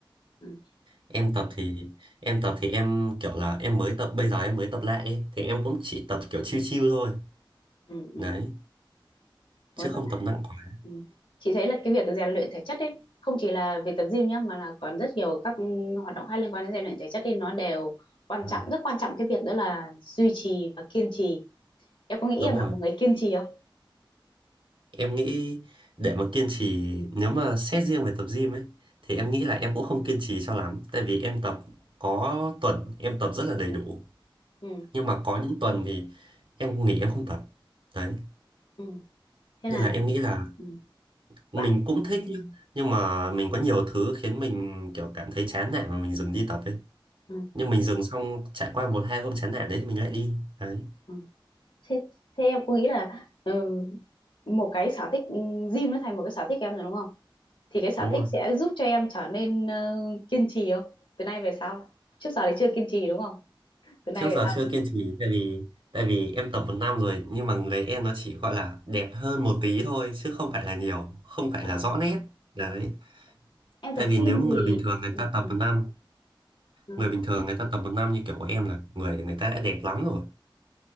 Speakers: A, on the left (about 70°); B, on the right (about 70°).
A: ừ.
B: em tập thì em tập thì em kiểu là em mới tập bây giờ em mới tập lại ấy, thì em cũng chỉ tập kiểu chill chill thôi
A: Ừ,
B: đấy chứ
A: ừ.
B: không tập nặng quá
A: Ừ. Chị thấy là cái việc rèn luyện thể chất ấy không chỉ là việc tập gym nhá mà là còn rất nhiều các ừ, hoạt động hay liên quan đến rèn luyện thể chất thì nó đều quan
B: Ừ.
A: trọng rất quan trọng cái việc đó là duy trì và kiên trì em có nghĩ
B: đúng
A: em
B: rồi
A: là một người kiên trì không
B: em nghĩ để mà kiên trì nếu mà xét riêng về tập gym ấy thì em nghĩ là em cũng không kiên trì cho lắm tại vì em tập có tuần em tập rất là đầy đủ
A: ừ
B: nhưng mà có những tuần thì em nghỉ em không tập đấy
A: ừ thế
B: nên
A: là
B: là em nghĩ là
A: ừ,
B: mình
A: bạn
B: cũng thích nhá nhưng mà mình có nhiều thứ khiến mình kiểu cảm thấy chán nản mà mình dừng đi tập ấy
A: ừ,
B: nhưng mình dừng xong trải qua một hai hôm chán nản đấy thì mình lại đi đấy
A: ừ. Thế, thế em có nghĩ là ừ, một cái sở thích ừ, gym nó thành một cái sở thích em rồi đúng không thì cái sở
B: đúng
A: thích
B: rồi
A: sẽ giúp cho em trở nên ờ, kiên trì không từ nay về sau trước giờ thì chưa kiên trì đúng không từ nay
B: trước giờ
A: về sau
B: chưa kiên trì tại vì tại vì em tập một năm rồi nhưng mà người em nó chỉ gọi là đẹp hơn một tí thôi chứ không phải là nhiều không phải
A: à,
B: là rõ nét đấy
A: à. em
B: tại
A: tập
B: vì
A: gym
B: nếu người
A: thì
B: bình thường người
A: ừ,
B: ta tập
A: ừ,
B: một năm
A: ừ,
B: người bình thường người ta tập một năm như kiểu của em là người người ta đã đẹp lắm rồi